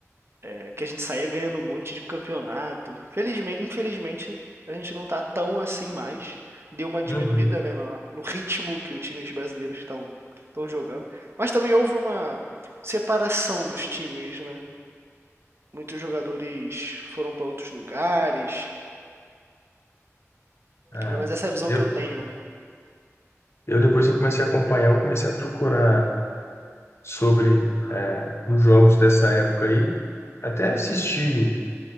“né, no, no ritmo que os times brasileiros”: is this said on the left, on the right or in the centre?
Right